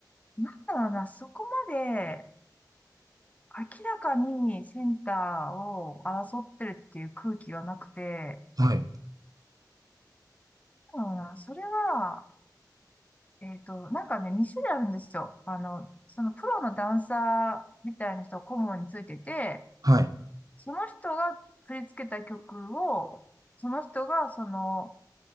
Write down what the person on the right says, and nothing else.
はい。
はい。